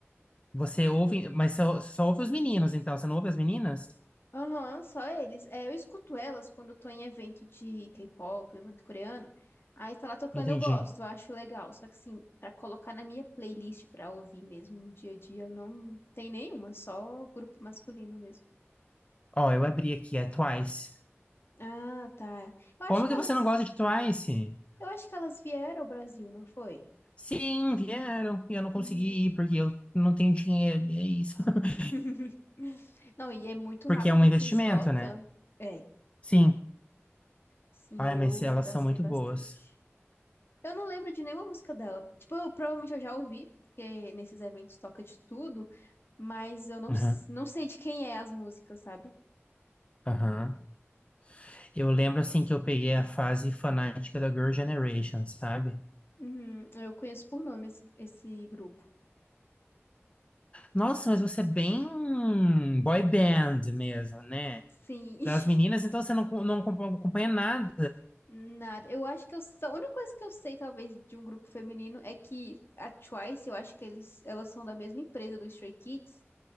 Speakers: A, on the left; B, on the left.
A: você ouve, mas só, só ouve os meninos, então você não ouve as meninas?
B: Aham, só eles. É, eu escuto elas quando eu tô em evento de K-pop, evento coreano. Aí tá lá tocando,
A: Entendi.
B: eu gosto, eu acho legal. Só que assim, pra colocar na minha playlist pra ouvir mesmo no dia a dia, eu não tenho nenhuma, só grupo masculino mesmo.
A: Ó, eu abri aqui, é Twice.
B: Ah, tá. Eu acho
A: Como
B: que
A: que
B: elas,
A: você não gosta de Twice?
B: eu acho que elas vieram ao Brasil, não foi?
A: Sim, vieram e eu não consegui
B: Uhum.
A: ir porque eu não tenho dinheiro, e é isso. <laughs>
B: <laughs> Não, e é muito
A: Porque
B: rápido
A: é um investimento,
B: que esgota.
A: né?
B: É,
A: Sim.
B: sim,
A: Ai, mas
B: eu
A: elas
B: gastei
A: são muito
B: bastante.
A: boas.
B: Eu não lembro de nenhuma música dela. Tipo, eu, provavelmente eu já ouvi, porque nesses eventos toca de tudo, mas eu não,
A: Aham,
B: s- não sei de quem é as músicas, sabe?
A: aham. Eu lembro assim que eu peguei a fase fanática da Girl Generation, sabe?
B: Uhum, eu conheço por nome esse, esse grupo.
A: Nossa, mas você é bem boy band mesmo, né?
B: Sim,
A: das
B: <laughs>
A: meninas, então você não, co- não compa- acompanha nada.
B: nada. Eu acho que eu, só- a única coisa que eu sei, talvez, de um grupo feminino é que a Twice, eu acho que eles, elas são da mesma empresa do Stray Kids.